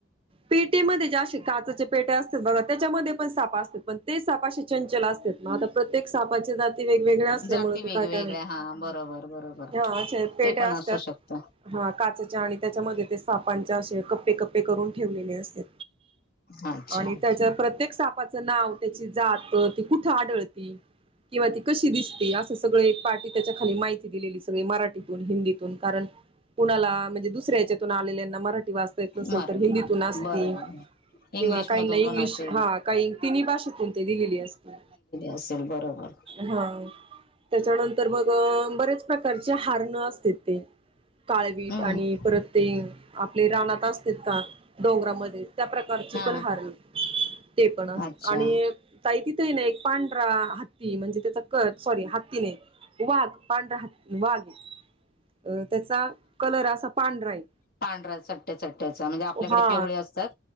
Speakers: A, on the right; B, on the left.
A: पेटीमध्ये जे काचचे पेटे असत बघा त्याच्यामध्ये पण सापा असतात पण ते सापाचे चंचल असते मग आता प्रत्यक सापाचे वेगवेगळ असल्या
B: जाती
A: मु
B: वेगवेगळ्या
A: काय काय नाही
B: हा बरोबर बरोबर
A: हा असे पेट्या
B: ते पण
A: असतात.
B: असू शकत
A: हा काचाच्या आणि त्याच्यामध्ये ते सापांच्या असे कप्पे कप्पे करून ठेवलेले असत.
B: अच्छा
A: आणि त्याच्या प्रत्येक सापाचं नाव त्याची जात ती कुठे आढळती. किंवा ती कशी दिसते असं सगळं एक पार्टी त्याच्या खाली माहिती दिलेली सगळी मराठीतून हिंदीतून कारण. कुणाला म्हणजे दुसऱ्या याच्यातून आलेल्यांना मराठी वाचता येत नसेल
B: मराठी
A: तर हिंदीतून असती.
B: बरोबर
A: किंवा
B: इंग्लिश
A: काहीना
B: मधून
A: इंग्लिश
B: पण असेल
A: हा काही तिन्ही भाषेतून ते दिलेली असते
B: असेल बरोबर
A: हा त्याच्यानंतर मग बरेच प्रकारचे हारण असते ते. काळवीट
B: हम्म
A: आणि परत ते आपले रानात असते का डोंगरामध्ये त्या प्रकारची
B: हा
A: पण हारल ते पण
B: अच्छा
A: आणि काहीती नाही एक पांढरा हत्ती म्हणजे त्याचा क सॉरी हत्ती नाही वाघ पांढरा ह वाघ अ त्याचा कलर असा पांढरा आहे.
B: पांढरा्या चट्ट्या चट्ट्याचा म्हणजे आपल्याकडे
A: हा
B: पिवळे असतात